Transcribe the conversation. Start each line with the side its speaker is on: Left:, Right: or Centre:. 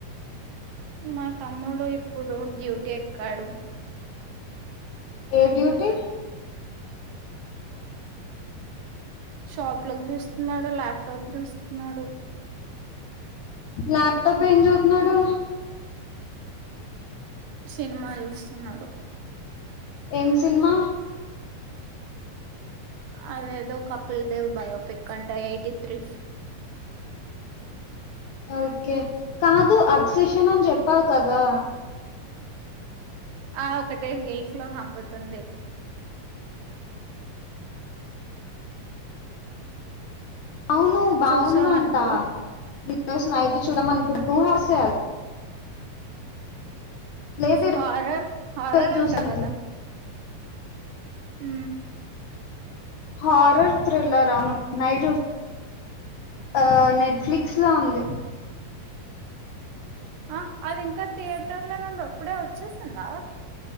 Right: మా తమ్ముడు ఇప్పుడు డ్యూటీ ఎక్కాడు
Left: ఏ డ్యూటీ
Right: షాప్ లోకి చూస్తున్నాడు లాప్టాప్ చూస్తున్నాడు
Left: ల్యాప్టాప్ ఏం చూస్తున్నాడు
Right: సినిమా చూస్తున్నాడు
Left: ఏం సినిమా
Right: అద ఏదో కపిల్ దేవ్ బయోపిక్ అంట ఎయిటీ త్రి
Left: ఓకే కాదు అప్సెషన్ అని చెప్పావు కదా
Right: ఆ ఒకటే రీల్స్ లో చంపుతుంది ఆ
Left: అవును బాగుందంట
Right: చూసావా నువ్వు
Left: ఈ రోజు నైట్ చూద్దాం అనుకుంటూ టూ అవర్సే లేదు
Right: హారర్ హారర్
Left: ఈరోజు చూస్తుంది
Right: అంటా కదా హు
Left: హారర్ థ్రిల్లర్ అను నైట్ ఆ నెట్ఫిలిక్స్లో లో ఉంది
Right: ఆ అది ఇంకా థియేటర్ల నుండి అప్పుడే వచ్చేసిందా